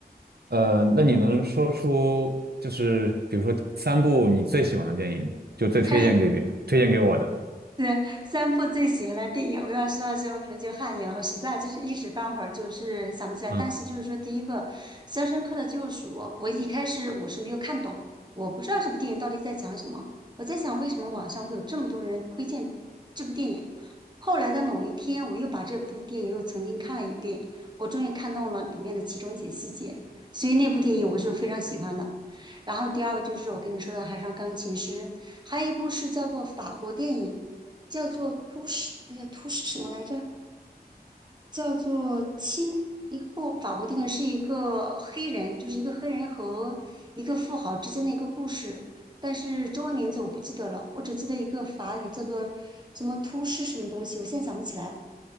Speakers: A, on the right; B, on the right.
A: 呃，那你能说出就是比如说三部你最喜欢的电影，就最推荐给别推荐给我的？
B: <laughs> 对，三部最喜欢的电影，我要说到这，我可能就汗颜了。我实在就是一时半会儿就是想不起来。
A: 嗯。
B: 但是就是说，第一个《肖申克的救赎》，我一开始我是没有看懂，我不知道这部电影到底在讲什么。我在想，为什么网上会有这么多人推荐这部电影？后来的某一天，我又把这部电影又重新看了一遍，我终于看懂了里面的其中一些细节。所以那部电影我是非常喜欢的。然后第二个就是我跟你说的《海上钢琴师》，还有一部是叫做法国电影，叫做《突什》，哎呀，《突什》什么来着？叫做《七》。一部法国电影是一个黑人，就是一个黑人和一个富豪之间的一个故事，但是中文名字我不记得了，我只记得一个法语叫做什么“突什”什么东西，我现在想不起来。